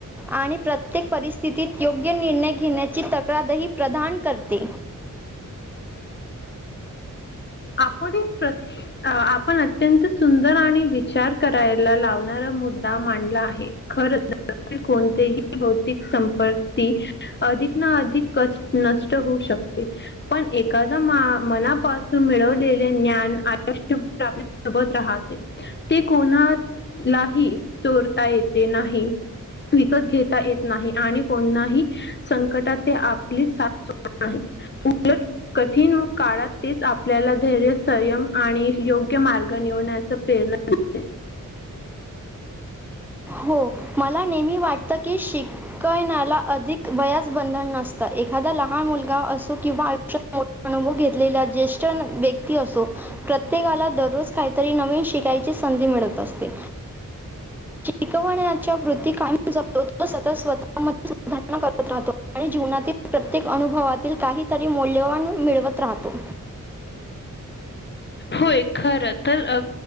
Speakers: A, in the centre; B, on the left.
A: आणि प्रत्येक परिस्थितीत योग्य निर्णय घेण्याची तक्रारही प्रधान करते.
B: आपण प्र्य. अ आपण अत्यंत सुंदर आणि विचार करायला लावणारा मुद्दा मांडला आहे. खर कोणतेही भौतिक संपत्ती. अधिक ना अधिक क नष्ट होऊ शकते पण एखादा मना. पाून मिळवलेले ज्ञान आयुष्यभर आपल्या सोबत राहते. ते कोणालाही चोरता येते नाही. विकत घेता येत नाही आणि कोणनाही. संकटात ते आपली साथ नाही उलट कठीण व काळात. तेच आपल्याला धैर्य संयम आणि योग्य मार्ग निवण्याच प्रेरणा. बबब्ब.
A: हो मला नेहमी वाटत की शिक. कळनाला अधिक वयाच बंधन नसतं एक. एखादा लहान मुलगा असो किंवा आयुष्यात अनुभव घेतलेला ज्येष्ठ व्यक्ती असो. प्रत्येकाला दररोज काहीतरी नवीन शिकायची संधी मिळत असतेू. शिकवण्याच्या वृत्ती कायम जपतो तो सतत स्वतः म सुधारणा करत राहतो. आणि जीवनातील प्रत्येक अनुभवातील काहीतरी मौल्यवान मिळवत राहतो.
B: होय खरं तर.